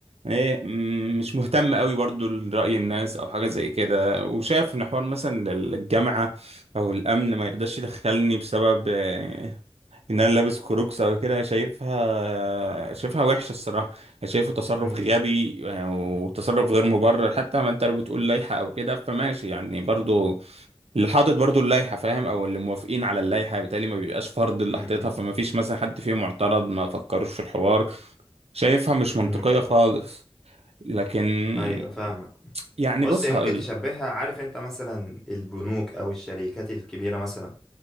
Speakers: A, on the right (about 85°); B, in the centre.
A: ايه مم، مش مهتم قوي برضو لرأي الناس او حاجة زي كده وشايف ان حوار مثلا الجامعة او الامن ما يرضاش يدخلني بسبب آه، ان انا لابس كروكس او كده شايفها شايفها وحشة الصراحة شايفه تصرف
B: مم،
A: غبي آه، وتصرف غير مبرر حتى ما انت لو بتقول لائحة او كده فماشي يعني برضو اللي حاطط برضو اللائحة فاهم او اللي موافقين على اللائحة بالتالي ما بيبقاش فرض اللي
B: مم،
A: حاططها
B: مم،
A: فما فيش مثلا حد فيهم معترض ما فكروش في الحوار شايفها مش منطقية
B: مم.
A: خالص لكن
B: أيوة فاهمك
A: يعني
B: بص
A: بص
B: هي
A: هقول
B: ممكن تشبهها عارف أنت مثلا البنوك أو الشركات الكبيرة مثلا